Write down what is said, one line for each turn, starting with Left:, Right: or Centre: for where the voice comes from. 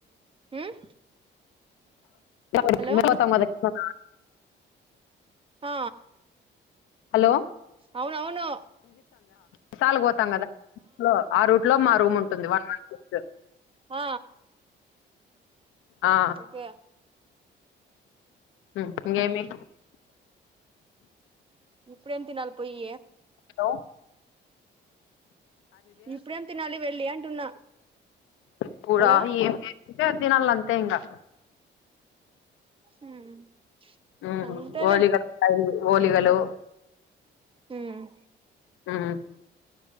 Right: ఉమ్
Left: <unintelligible>
Right: హలో ఆ
Left: హలో
Right: అవున అవును
Left: విశాల పోతాం కదా లో ఆ రూట్ లో మా రూమ్ ఉంటుంది వన్ వన్ సిక్స్
Right: ఆ
Left: ఆ
Right: ఓకే
Left: ఉమ్ ఇకేమి
Right: ఇప్పుడేం తినాలి పోయి
Left: లో
Right: ఇప్పుడేం తినాలి వెళ్ళి అంటున్నా
Left: ఇప్పుడా
Right: హలో
Left: ఏం చేస్తే అది తినాల అంతే ఇంకా
Right: ఉమ్
Left: ఉమ్
Right: అంతేలే
Left: ఒలిగల్ వస్తాయి ఒలిగలు
Right: ఉమ్
Left: ఆమ్